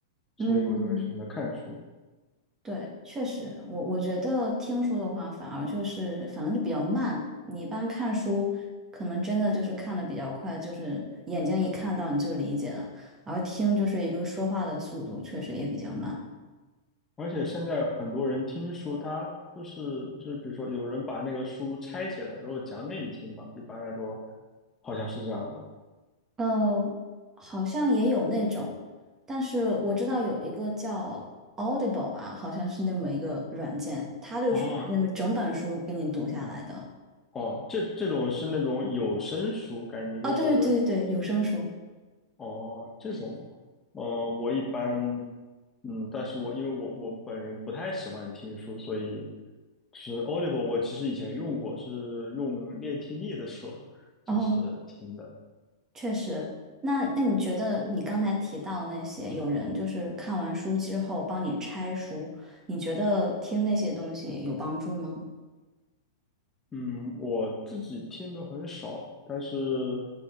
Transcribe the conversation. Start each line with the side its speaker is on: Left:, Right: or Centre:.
Left: 所以我就会选择看书。
Right: 嗯，对，确实，我我觉得听书的话，反而就是反正就比较慢。你一般看书，可能真的就是看的比较快，就是眼睛一看到你就理解了，而听就是一个说话的速度，确实也比较慢。
Left: 而且现在很多人听书，他就是就是，比如说有人把那个书拆解了，然后讲给你听吧。一般来说，好像是这样的。
Right: 呃，好像也有那种，但是我知道有一个叫 Audible 吧，好像是那么一个软件，它就属于那种整本书给你读下来的。
Left: 哦哦，这这种是那种有声书，感觉就是
Right: 啊，对对对对对，有声书。
Left: 哦这种的。哦，我一般嗯，但是我因为我我本人不太喜欢听书，所以就是 Audible，我其实以前用过，是用练听力的时候 <laughs> 就是听的。
Right: 哦。确实，那那你觉得你刚才提到那些有人就是看完书之后帮你拆书，你觉得听那些东西有帮助吗？
Left: 嗯，我自己听的很少，但是，